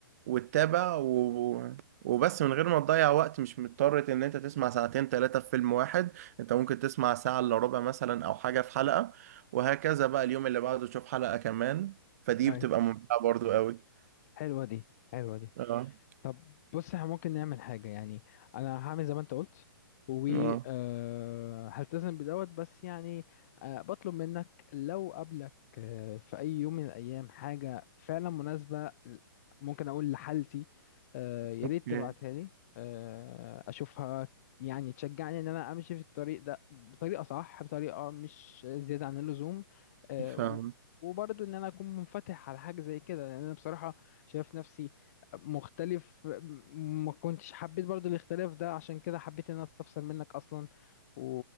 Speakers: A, on the right; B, on the left.
A: وتتابع و... وبس من غير ما تضيع وقت مش مضطر ان انت تسمع ساعتين ثلاثة في فيلم واحد انت ممكن تسمع ساعة الا ربع مثلا او حاجة في حلقة وهكذا بقى اليوم اللي بعده تشوف حلقة كمان فدي
B: اي
A: بتبقى ممتعة برضو قوي
B: حلوة دي حلوة دي
A: اه
B: طب بص احنا ممكن نعمل حاجة يعني انا هعمل زي ما انت قلت و
A: اه
B: آه، هلتزم بدوت بس يعني آه، بطلب منك لو قابلك آه، في اي يوم من الايام حاجة فعلا مناسبة ل- ممكن اقول لحالتي آه، يا
A: اوكي
B: ريت تبعتها لي آه، اشوفها يعني تشجعني ان انا امشي في الطريق ده بطريقة صح بطريقة مش زيادة عن اللزوم آه،
A: فاهم
B: و- وبرضه ان انا اكون منفتح على حاجة زي كده لان انا بصراحة شايف نفسي مختلف م- ما كنتش حبيت برضو الاختلاف ده عشان كده حبيت ان انا استفسر منك اصلا و...